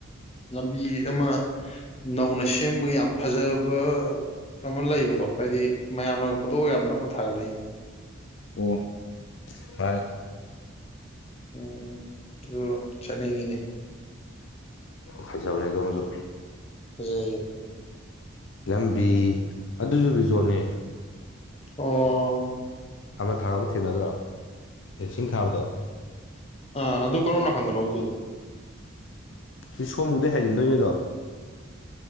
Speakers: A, on the left; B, on the left.
A: ꯂꯝꯕꯤ ꯑꯃ ꯅꯧꯅ ꯁꯦꯝꯕꯒꯤ ꯌꯥꯝ ꯐꯖꯕ ꯑꯃ ꯂꯩꯕꯗꯣ ꯍꯥꯏꯗꯤ ꯃꯌꯥꯝꯅꯒ ꯐꯣꯇꯣꯒ ꯌꯥꯝ ꯅꯝꯃ ꯊꯥꯒꯠꯂꯛꯏꯅꯦ
B: ꯑꯣ ꯐꯔꯦ
A: ꯎꯝ ꯑꯗꯣ ꯆꯠꯅꯤꯡꯉꯤꯅꯦ
B: ꯐꯖꯕꯅꯦ ꯑꯗꯨꯝꯖꯨ
A: ꯐꯖꯩꯌꯦ
B: ꯂꯝꯕꯤ ꯑꯗꯨꯖꯨ ꯔꯤꯖꯣꯔꯠꯅꯦ
A: ꯑꯣ
B: ꯑꯃ ꯊꯥꯕ ꯊꯦꯡꯅꯗ꯭ꯔꯣ ꯐꯦꯟꯁꯤꯡ ꯊꯥꯕꯗꯣ
A: ꯑ ꯑꯗꯨ ꯀꯔꯣꯝ ꯅꯥꯀꯟꯗꯅꯣ ꯑꯗꯨꯗꯣ
B: ꯁꯤ ꯁꯑꯣꯝꯕꯨꯡꯗꯩ ꯍꯥꯏꯖꯤꯟꯗꯨꯏꯅꯦ ꯑꯗꯣ